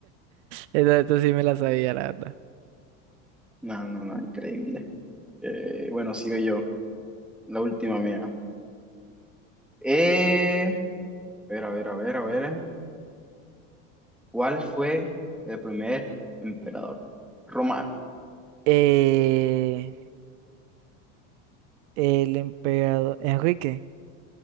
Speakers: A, on the right (about 70°); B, in the centre.
A: Esto, esto sí me la sabía, la verdad.
B: No, no, no, increíble. Eh, bueno, sigo yo. La última mía. Eh, a ver, a ver, a ver, a ver. ¿Cuál fue el primer emperador romano?
A: Eh, el emperador Enrique.